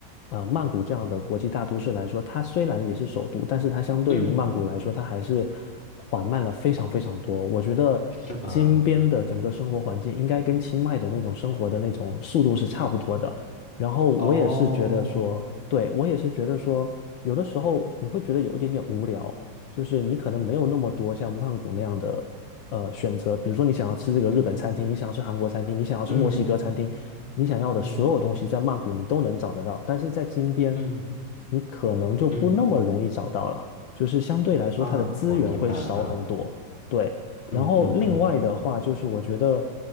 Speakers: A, on the left (about 75°); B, on the left (about 30°).
A: 呃曼谷这样的国际大都市来说，它虽然也是首都，但是它相对于曼谷来说，
B: 嗯，
A: 它还是缓慢了非常非常多。我觉得金边的整个生活环境应该跟清迈的那种生活的那种速度是差不多的。
B: 是吧？
A: 然后我也是觉得说，
B: 哦，
A: 对，我也是觉得说，有的时候你会觉得有一点点无聊，就是你可能没有那么多像曼谷那样的呃选择，比如说你想要吃这个日本餐厅，
B: 嗯
A: 你想要吃韩国餐厅，你想要吃墨西哥餐厅，
B: 嗯
A: 你想要的所有东西在曼谷你都能找得到，
B: 嗯
A: 但是在金边
B: 嗯
A: 你可能就不那么容易找到了，
B: 嗯
A: 就是相对来说它的资源会少很多，
B: 啊，我明白了，
A: 对。然后另外的话，
B: 嗯嗯嗯。
A: 就是我觉得，